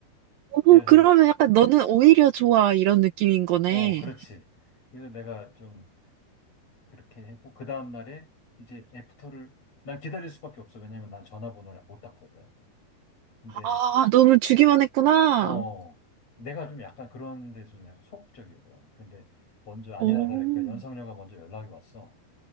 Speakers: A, on the right (about 70°); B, on the left (about 40°).
A: 어,
B: 그래서,
A: 그러면 약간 너는 오히려 좋아 이런 느낌인 거네.
B: 어, 그렇지. 그래서 내가 좀 그렇게 했고, 그 다음날에 이제 애프터를, 난 기다릴 수밖에 없어. 왜냐면 난 전화번호를 못 땄거든. 근데,
A: 아, 너는 주기만 했구나.
B: 어, 내가 좀 약간 그런 데서 좀 약간 소극적이거든. 근데 먼저 아니나
A: 오,
B: 다를까 연상녀가 먼저 연락이 왔어.